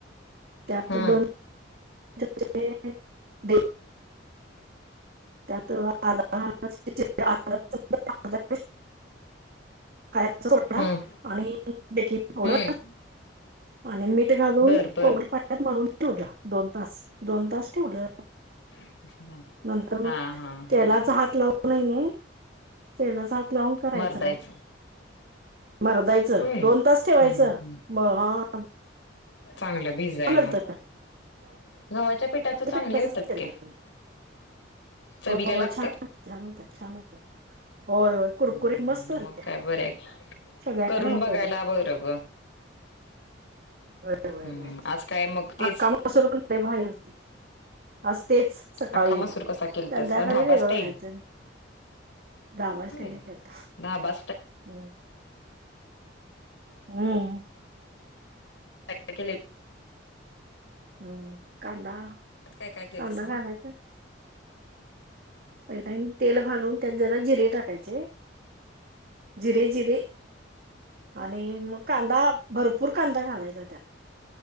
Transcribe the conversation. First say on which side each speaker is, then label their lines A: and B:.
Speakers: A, on the right; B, on the left.
A: त्यात
B: हम..
A: दोन चमचे दही त्यात आत <inaudible> खायचा सोडा
B: हम्म.
A: आणि बेकिंग पावडर.
B: हम्म.
A: आणि मीठ घालून
B: बर बर
A: कोमट पाण्यात मळून ठेवलं दोन.. बास दोन तास ठेवलं.
B: असं झालं.
A: नंतर मग
B: हा हा
A: तेलाचा
B: हा हम्म.
A: हात लावूनय मी तेलाचा हात लावून करायचं
B: मरदायचं
A: मग. मरदायचं
B: होय
A: दोन तास ठेवायचं
B: हम्म हम्म.
A: मग...
B: चांगलं भिजायला.
A: होत
B: गव्हाच्या पिठाच चांगले
A: पिठाचच
B: होतात
A: केलत
B: की.
A: मी
B: चवीला
A: होय
B: लागतात.
A: छान छान होत्यात. होय होय कुरकुरी
B: हम्म
A: मस्त- झालत्या
B: मग काय बरं आहे.
A: सगळ्यांना
B: करून
A: आवडल्या
B: बघायला बर ग.
A: होय होय
B: हम्म
A: होय
B: आज काय मग तेच
A: आख्या मसुर पण लई भारी होतोय. आज तेच सकाळी,
B: अख्खा मसूर कसा केलतासा
A: संध्याकाळी
B: धाबा
A: वेगळं
B: स्टाईल
A: करायचं. आवाज
B: होय
A: त्यांनी देलता हम्म..
B: धाबा
A: हम्..
B: काय काय केलंय.
A: हम कांदा.....
B: काय काय केलेलं
A: कांदा
B: सांग
A: घालायचा. पहिले तेल घालून त्यात जरा जिरे टाकायचे. जिरे जिरे आणि मग कांदा. भरपूर कांदा घालायचा त्यात.